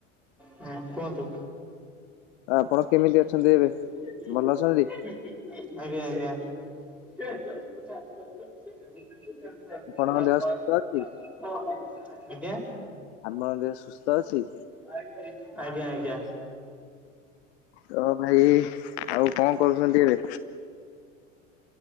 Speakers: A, in the centre; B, on the left.
A: ହୁଁ କୁହନ୍ତୁ।
B: ଆପଣ କେମିତି
A: <unintelligible>
B: ଅଛନ୍ତି ଏବେ ଭଲ ଅଛନ୍ତି?
A: ଆଜ୍ଞା ଆଜ୍ଞା <unintelligible>
B: ଆପଣଙ୍କ ଦେହ ସୁସ୍ଥ
A: <unintelligible>
B: ଅଛି
A: ଆଜ୍ଞା?
B: ଆପଣଙ୍କ ଦେହ ସୁସ୍ଥ ଅଛି?
A: <unintelligible> ଆଜ୍ଞା ଆଜ୍ଞା <unintelligible>
B: ତ ଭାଇ ଆଉ କଣ କରୁଚନ୍ତି ଏବେ?